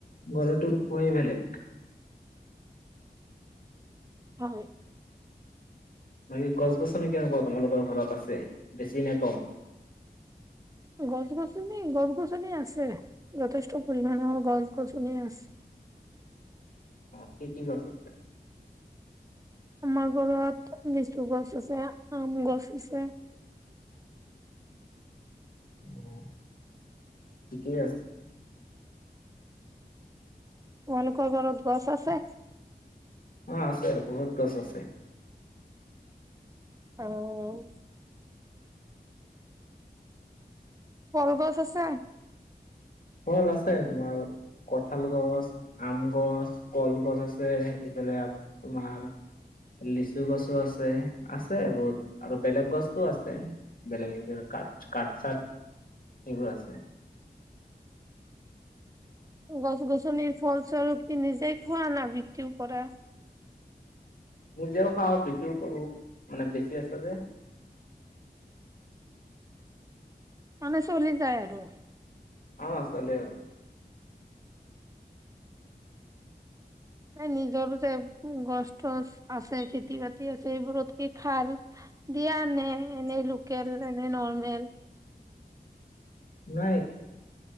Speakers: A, on the left (about 55°); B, on the right (about 20°).
A: গৰৰটো খোৱাই বেলেগ।
B: হয়।
A: বাকী গছ গছনি কেনেকুৱা তোমালোকৰ ঘৰত আছে, বেছি নে কম?
B: গছ গছনি গছ গছনি আছে, যথেষ্ট পৰিমানৰ গছ গছনি আছে।
A: অ' কি কি গছ আছে?
B: আমাৰ ঘৰত লিচু গছ আছে, আম গছ আছে।
A: অ', ঠিকেই আছে।
B: তোলোকৰ ঘৰত গছ আছে?
A: অ' আছে, বহুত গছ আছে।
B: অ'। কলগছ আছে?
A: কল আছে, তোমাৰ কঁঠাল গছ, আম গছ, কলগছ আছে, ইফালে আ তোমাৰ লিচু গছো ‍আছে, আছে আৰু বহুত আৰু বেলেগ গছো আছে। বেলেগ এইবিলাক কাঠ কাঠ চাট, এইবোৰ আছে।
B: গছ গছনিৰ ফলস্বৰূপ কি নিজে খোৱা না বিক্ৰীও কৰা?
A: নিজেও খাওঁ বিক্ৰীও কৰোঁ, মানে বেছি আছে যে।
B: মানে চলি যায় আৰু।
A: অ' চলে আৰু।
B: নিজৰ যে গছ টচ আছে, খেতি বাতি আছে, এইবোৰত তুমি খাৰ দিয়ানে এনেই লোকেল এনে নৰ্মেল।
A: নাই